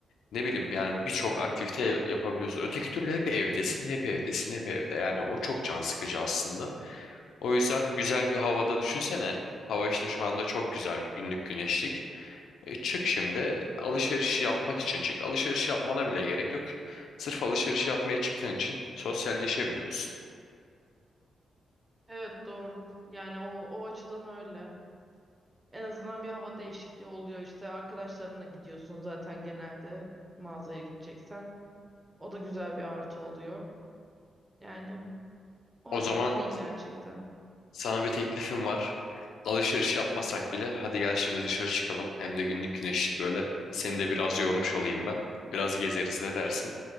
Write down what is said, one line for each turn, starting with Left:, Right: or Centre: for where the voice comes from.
Left: Ne bileyim yani birçok aktivite yapabiliyorsun. Öteki türlü hep evdesin, hep evdesin, hep evde. Yani o çok can sıkıcı aslında. O yüzden güzel bir havada düşünsene. Hava işte şu anda çok güzel. Günlük güneşlik. E, çık şimdi alışveriş yapmak için çık. Alışveriş yapmana bile gerek yok. Sırf alışveriş yapmaya çıktığın için sosyalleşebiliyorsun.
Right: Evet doğru. Yani o, o açıdan öyle. En azından bir hava değişikliği oluyor işte. Arkadaşlarınla gidiyorsun zaten genelde mağazaya gideceksen. O da güzel bir artı oluyor. Yani o
Left: O
Right: açıdan
Left: zaman O-
Right: iyi gerçekten.
Left: sana bir teklifim var. Alışveriş yapmasak bile hadi gel şimdi dışarı çıkalım. Hem de günlük güneşlik böyle. Seni de biraz yormuş olayım ben. Biraz gezeriz ne dersin?